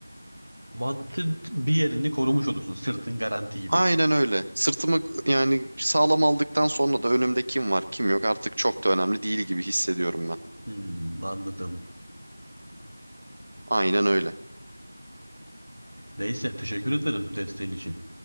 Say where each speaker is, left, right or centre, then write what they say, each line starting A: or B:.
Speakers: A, on the right (about 65°); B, on the right (about 25°).
A: Mantığın bir yerini korumuş olursun. Sırtın garanti gibi.
B: Aynen öyle. Sırtımı yani sağlam aldıktan sonra da önümde kim var kim yok artık çok da önemli değil gibi hissediyorum ben.
A: Hmm, anladım.
B: Aynen öyle.
A: Neyse. Teşekkür ederim desteğin için.